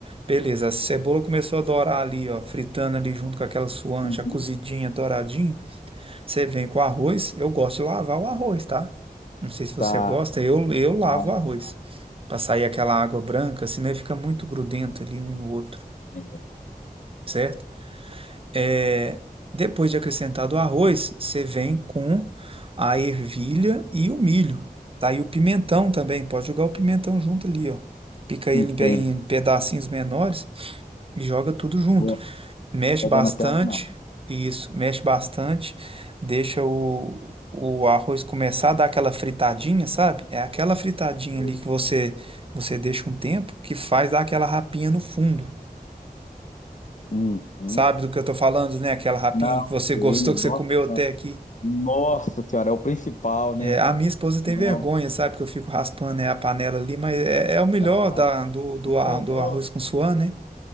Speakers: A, on the right (about 35°); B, on the left (about 55°).
A: Beleza, a cebola começou a dourar ali, ó, fritando ali junto com aquela suã
B: Uhum.
A: já cozidinha, douradinha. Você vem com o arroz, eu gosto de lavar o arroz, tá? Não sei se você
B: Tá.
A: gosta, eu, eu lavo
B: Aí
A: o arroz.
B: eu lá.
A: Pra sair aquela água branca, senão ele fica muito grudento ali um no outro,
B: É,
A: certo? É, depois de acrescentado o arroz, você vem com a ervilha e o milho, tá? E o pimentão também, pode jogar o pimentão junto ali, ó. Pica ele
B: entende.
A: em, pe- em pedacinhos menores e joga tudo junto.
B: Nossa,
A: Mexe
B: tá
A: bastante,
B: dando até água na
A: isso, mexe bastante, deixa o, o arroz começar a dar aquela fritadinha, sabe? É aquela fritadinha
B: boca.
A: ali que você, você deixa um tempo que faz dar aquela rapinha no fundo.
B: Uhum.
A: Sabe do que eu tô falando, né? Aquela rapinha
B: Não,
A: que você
B: ceia.
A: <laughs> gostou,
B: Nossa,
A: que você comeu até aqui.
B: nossa senhora, é o principal, né?
A: É, a minha esposa tem
B: Não,
A: vergonha, sabe? Que eu fico raspando, né, a panela ali, mas é, é o melhor
B: não,
A: da, do, do,
B: o
A: ar-
B: melhor.
A: do arroz com suã, né?